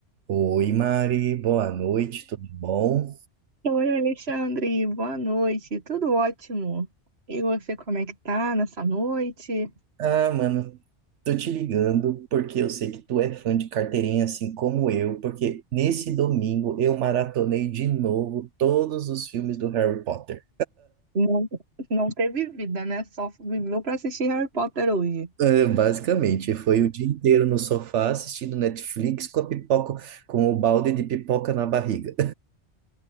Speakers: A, on the right (about 80°); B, on the right (about 65°).
A: Oi, Mari, boa noite, tudo bom?
B: Oi, Alexandre, boa noite. Tudo ótimo. E você, como é que tá nessa noite?
A: Ah, mano, tô te ligando porque eu sei que tu é fã de carteirinha assim como eu, porque nesse domingo eu maratonei de novo todos os filmes do Harry Potter.
B: Não, não teve vida, né? Só viveu pra assistir Harry Potter hoje.
A: É, basicamente, foi o dia inteiro no sofá assistindo Netflix com a pipoca, com o balde de pipoca na barriga.